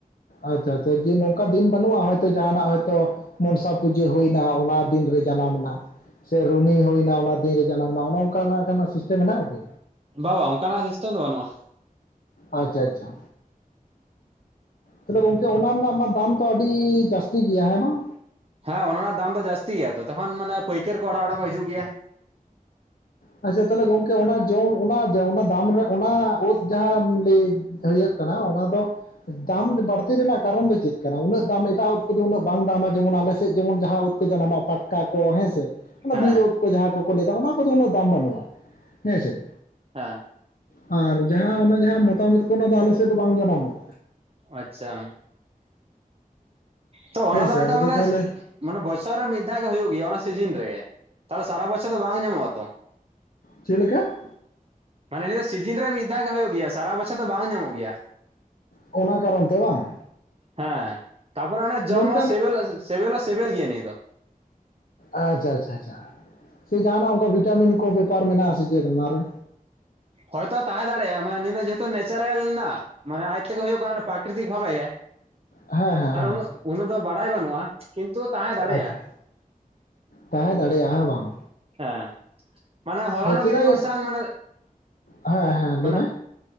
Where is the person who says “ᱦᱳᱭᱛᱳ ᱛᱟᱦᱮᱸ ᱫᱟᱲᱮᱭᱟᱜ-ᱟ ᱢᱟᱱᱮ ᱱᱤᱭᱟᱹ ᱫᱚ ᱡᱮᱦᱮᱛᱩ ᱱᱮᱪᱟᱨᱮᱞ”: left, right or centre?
Right